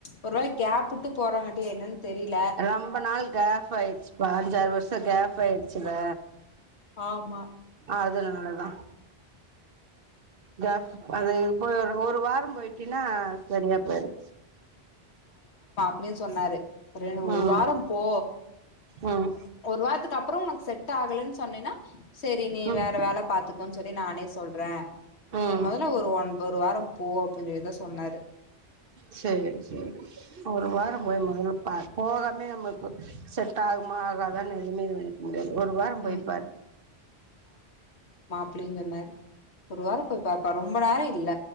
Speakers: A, on the left; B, on the right.
A: ஒருவேல கேப் விட்டு போறாங்காட்டியா என்னன் தெரியில.
B: ரொம்ப நாள் கேப் ஆயிடுச்சுப்பா அஞ்சாறு வருஷோ கேப் ஆயிடுச்சுல்ல.
A: ஆமா
B: அது நால தா தா அது போய் ஓ ஒரு வாரோ போயிட்டீன்னா செரியா போயிடு.
A: அப்டின் சொன்னாரு. க்றே ஒரு
B: ம்
A: வாரோ போ.
B: ம்
A: ஒரு வார்த்துக்கு அப்போறோ உனக்கு செட் செட் ஆகலன்னு சொன்னென்னா செரி நீ
B: ம்
A: வேற வேல பாத்துக்கோன் சொல்லி நானே சொல்ற
B: ம்
A: நீ மொதல்ல ஒரு ஒன்பொ ஒரு வாரோ போ அப்டின்னு தா சொ சொன்னாரு
B: செரி செரி ஒரு வாரோ போய் மொதல்ல பாரு போகாமே நம்மளுக்கு செட் ஆகுமா ஆகாதான்னு எதுமே இது நெனக்க முடியாது‌. ஒரு வாரோ போய்ப்பாரு.
A: ம் அப்பிடின் சொன்னாரு ஒரு வாரோ போய் பார்ப்பா ரொம்ப நேரோ இல்ல